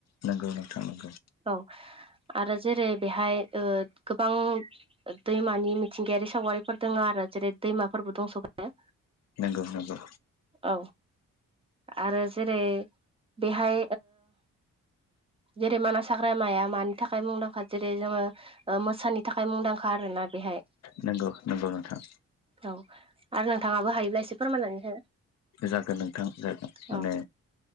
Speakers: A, on the left; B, on the right.
A: नंगौ नोंथां नोंगौ।
B: औ आरो जेरै बेहाय गोबां दैमानि मिथिंगायारि। सावगारिफोर दङ आरो जेरै दैमाफोरबो दंस'गारो।
A: नंगौ नंगौ।
B: औ आरो जेरै बेहाय जेरै मानास हाग्रा माया मानि थाखाय मुंदांखा जेरै जोङो मोसानि थाखाय मुंदांखा। आरोना बेहाय
A: नंगौ नंगौ नोंथां।
B: औ आरो नोंथाङाबो हायोब्ला एसे फोरमायनानै हो।
A: जागोन नोंथां जागोन माने।
B: औ